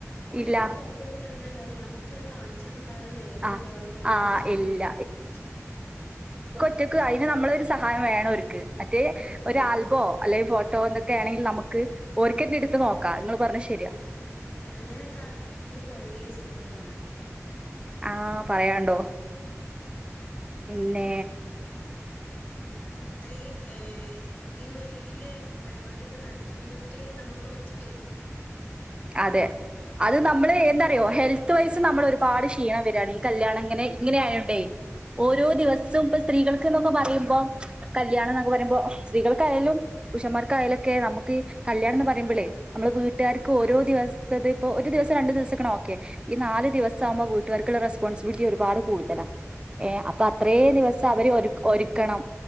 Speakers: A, on the left; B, on the right.
A: ഓരൊക്കെ
B: ഇല്ല
A: ഫോട്ടോയിൽ നിന്ന്ണ്ടാവും നമ്മക്ക് കാൺച്ചൊട് കള്ള നേരു
B: ആഹ്
A: ഇണ്ടാവലോ ഉള്ളില്
B: ആഹ് ഇല്ല
A: <unintelligible>
B: ഒറ്റയ്ക്ക് അയിന് നമ്മളെ ഒരു സഹായം വേണം ഓര്ക്ക് മറ്റേ
A: ആ അതെ
B: ഒരു ആൽബോ അല്ലെ ഫോട്ടോ എന്നൊക്കെ ആണെങ്കിൽ നമുക്ക് ഓര്ക്ക് എട് നോക്കാ ങ്ങള് പറഞ്ഞ ശരിയാ
A: അങ്ങനെക്കെ ആക്കില് കൊറേ സുഖാണ്
B: ആ പറയാണ്ടോ പിന്നെ
A: ഇത്രീം ഏയ് ഇപ്പ ഈ വല്ല്യ പരിപാടൊക്കെ നടക്കുന്നട്ട് നമ്മൾ കൊറച്ച്പേര്
B: അതെ അത് നമ്മള് എന്താറിയോ ഹെൽത്ത് വൈസ് നമ്മൾ ഒരുപാട് ക്ഷീണം വരാണ് ഈ കല്യാണം ഇങ്ങനെ ഇങ്ങനെ ആയോണ്ടേ ഓരോ ദിവസവും ഇപ്പ സ്ത്രീകൾക്ക് എന്നൊക്കെ പറയുമ്പോ കല്യാണം ന്നൊക്കെ പറയുമ്പോ സ്ത്രീകൾക്കായാലും പുരുഷന്മാർക്കായാലും ഒക്കെ നമ്മുക്ക് കല്യാണം എന്ന് പറയുമ്പളെ നമ്മള് വീട്ടാര് ക്ക് ഓരോ ദിവസ്തത് ഇപ്പോ ഒരു ദിവസം രണ്ട് ദിവസക്കണ ഓക്കെ ഈ നാല് ദിവസാകുമ്പോ വീട്ട്കാർക്ക്ള്ള റെസ്പോൺസിബിലിറ്റി ഒരുപാട് കൂടുതലാ ഏഹ്
A: അതന്നെ
B: അപ്പൊ അത്രേ
A: ഇപ്പൊ
B: ദിവസം അവര് ഒരു ഒരു ക്കണം